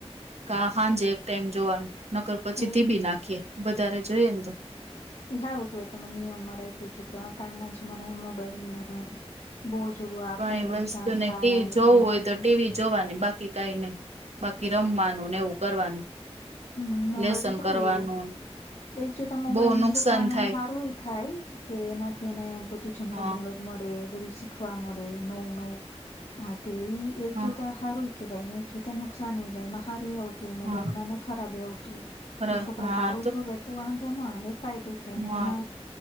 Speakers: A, on the right; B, on the left.
A: કા સાાંજે એક ટાઈમ જોવાનું નકર પછી
B: પણ
A: ધીબી
B: ઈ
A: નાખીએ વધારે જોઈએ ને તો.
B: હારુ કેવાય તમે નિયમમાં રાયખુ છોકરા ન ટાણના છે મને મોબાઈલ ને બહુ જ ઓલું આંખોને
A: કઈ વસ્તુ
B: નુકસાન
A: ને
B: થાય
A: ટીવી જોવું
B: આ
A: હોય
B: તે
A: તો ટીવી જોવાની બાકી કે કઈ નહી બાકી રમવાનું ને એવું કરવાનું.
B: હમ્મ મોબાઈલ
A: લેસન
B: થી કેટલું
A: કરવાનું
B: એક જોતા મોબાઈલ
A: બહુ
B: નું
A: નુકસાન
B: છોકરાને
A: થાય.
B: હારું ની થાય. કે એનાથી એને બધું જનરલ
A: હા
B: નોલેજ મળે બધું શીખવા મળે નવ નવ આ તે ઈ એક
A: હા
B: જોતા સારું કેહેવાય ને એક જોતા નુકસાન જાય એમાં સારું આવું હોય મોબાઈલમાં
A: હા
B: ને ખરાબ આવતું હોય.
A: ખરા
B: છોકરા
A: હા
B: સારું જોવે તો વાંધો ના આવે ફાયદો થઈને
A: હા
B: એમાં